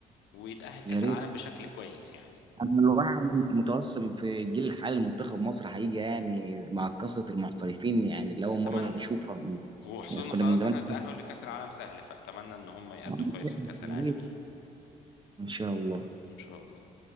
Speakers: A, on the left (about 70°); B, on the right (about 25°).
A: ويتأهل كأس
B: يا ريت
A: العالم بشكل كويس يعني
B: انا الواحد متوسم في الجيل الحالي لمنتخب مصر حقيقي يعني مع كثره المحترفين يعني لاول
A: اتمنى
B: مره نشوفها
A: وخصوصا
B: يعني كنا
A: خلاص
B: من زمان
A: احنا التأهل لكأس العالم سهل فاتمنى ان هم يأدوا
B: <laughs>
A: كويس في كأس العالم يعني
B: ان شاء الله
A: ان شاء الله